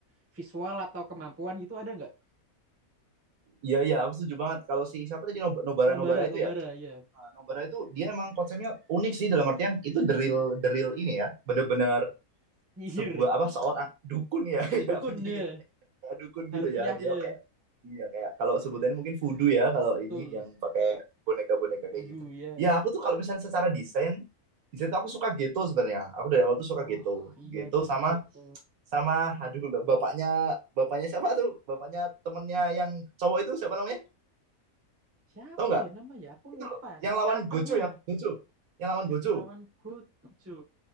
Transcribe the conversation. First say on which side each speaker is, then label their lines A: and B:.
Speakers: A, on the right; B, on the right.
A: visual atau kemampuan gitu ada nggak
B: Iya iya, aku setuju banget. Kalau si siapa tadi Nob- Nobara
A: Nobara
B: Nobara
A: Nobara
B: itu ya,
A: ya
B: Nah, Nobara itu dia emang konsepnya unik sih dalam artian itu the real the real ini ya, bener-bener
A: nyihir
B: sebuah apa seorang dukun ya, <laughs>
A: Ya dukun
B: ya penyihir
A: ya,
B: Kayak dukun
A: harfiah
B: gitu ya. Dia
A: ya,
B: kayak iya kayak kalau sebutannya mungkin voodoo ya kalau
A: betul.
B: ini yang pakai boneka-boneka kayak
A: Kudu
B: gitu.
A: ya.
B: Ya aku tuh kalau misalnya secara desain desain tuh aku suka gitu sebenarnya. Aku dari awal tuh suka
A: Oh
B: gitu,
A: iya
B: gitu
A: juga
B: sama
A: gitu.
B: sama aduh bapaknya bapaknya siapa tuh bapaknya temennya yang cowok itu siapa namanya?
A: Siapa
B: Tahu nggak?
A: ya namanya? Aku
B: itu
A: lupa
B: loh yang lawan
A: karakternya.
B: Gojo yang Gojo yang lawan Gojo
A: Yang lawan Gojo.